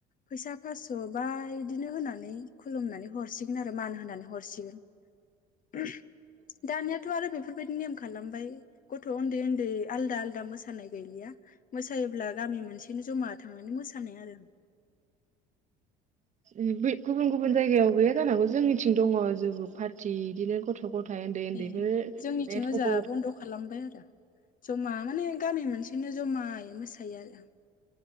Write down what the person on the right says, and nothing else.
उम बै गुबुन गुबुन जायगायाव गैया जानांगौ जोंनिथिं दङ जुगु पार्टि इदिनो गथ' गथाय उन्दै उन्दैफोर
बे थबल